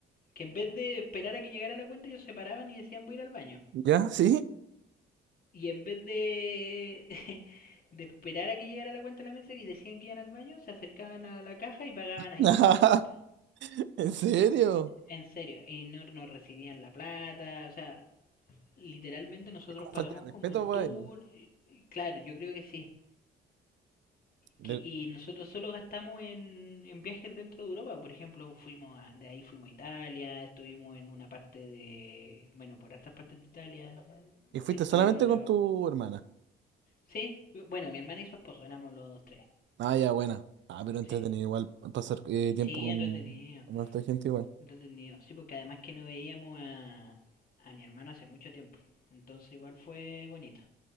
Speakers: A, on the left; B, on the right.
A: Que en vez de esperar a que llegara la cuenta, ellos se paraban y decían voy a ir al baño.
B: ¿Ya? ¿Sí?
A: Y en vez de, <laughs> de esperar a que llegara la cuenta a la mesa y decían que iban al baño, se acercaban a la caja y pagaban
B: <laughs>
A: ahí mismo la cuenta.
B: ¿En serio?
A: En serio, y no, no recibían la plata, o sea, literalmente nosotros
B: Es como
A: pagamos
B: falta de respeto
A: como en tour,
B: para ellos.
A: claro, yo creo que sí.
B: De-
A: Que- Y nosotros solo gastamos en, en viajes dentro de Europa, por ejemplo, fuimos a- de ahí fuimos a Italia, estuvimos en una parte de, bueno, por estas partes de Italia,
B: ¿Y fuiste
A: estuvimos
B: solamente
A: en una...
B: con tu hermana?
A: Sí, bueno, mi hermana y su esposo, éramos los tres,
B: Ah, ya, buena. Ah, pero entretenido
A: sí.
B: igual pasar eh, tiempo
A: Sí,
B: con,
A: entretenido,
B: con harta gente igual.
A: entretenido. Sí, porque además que no veíamos a, a mi hermano hace mucho tiempo. Entonces igual fue bonito.